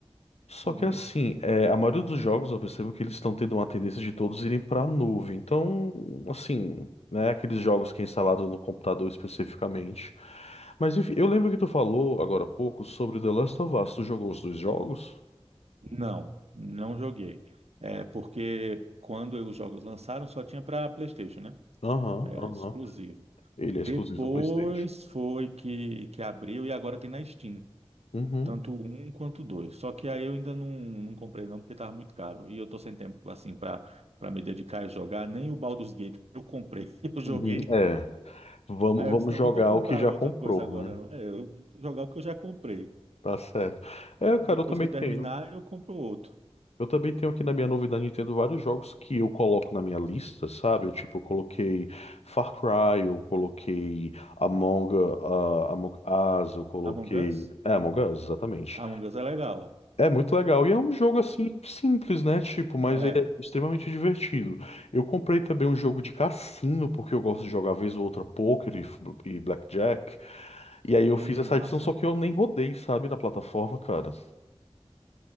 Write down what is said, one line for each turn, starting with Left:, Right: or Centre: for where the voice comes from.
Left: Só
Right: Uhum.
Left: que assim, é, a maioria dos jogos eu percebo que eles estão tendo uma tendência de todos irem para a nuvem. Então, assim, né, aqueles jogos que é instalado no computador especificamente. Mas enfim, eu lembro que tu falou agora há pouco sobre The Last of Us. Tu jogou os dois jogos?
Right: Não, não joguei. É porque quando os jogos lançaram, só tinha para PlayStation, né?
Left: Aham,
Right: Era
Left: aham.
Right: exclusivo.
Left: Ele
Right: Depois
Left: é exclusivo ao PlayStation.
Right: foi que, que abriu e agora tem na Steam.
Left: Uhum,
Right: Tanto o um quanto o dois. Só que aí eu ainda não, não comprei não, porque tava muito caro. E eu tô sem tempo, assim, pra, pra me dedicar a jogar. Nem o Baldur's Gate <laughs> que eu comprei. <laughs> Eu joguei.
Left: uhum. É. Vamos,
Right: Aí
Left: vamos
Right: eu disse, não,
Left: jogar
Right: não vou comprar
Left: o que já
Right: outra
Left: comprou,
Right: coisa agora,
Left: né?
Right: não. É, eu vou jogar o que eu já comprei.
Left: Tá certo. É,
Right: Depois
Left: cara, eu também
Right: que eu
Left: tenho.
Right: terminar, eu compro outro.
Left: Eu também tenho aqui na minha novidade Nintendo vários jogos que eu coloco na minha lista, sabe? Eu, tipo, eu coloquei Far Cry, eu coloquei Among, ah, Among Us, eu coloquei.
Right: Among Us?
Left: É, Among Us, exatamente.
Right: Among Us é legal.
Left: É muito legal. E é um jogo assim simples, né? Tipo, mas
Right: É.
Left: ele é extremamente divertido. Eu comprei também um jogo de cassino, porque eu gosto de jogar vez ou outra poker e, f- e blackjack. E aí
Right: Hum,
Left: eu fiz essa
Right: massa.
Left: edição, só que eu nem rodei, sabe, na plataforma, cara.